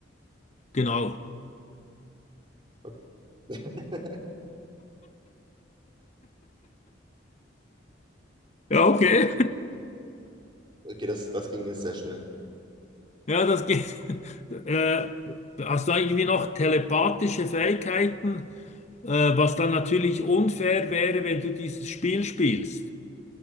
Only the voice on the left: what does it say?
genau.
Ja, okay.
Ja, das geht. <laughs> Äh, hast du irgendwie noch telepathische Fähigkeiten, äh, was dann natürlich unfair wäre, wenn du dieses Spiel spielst.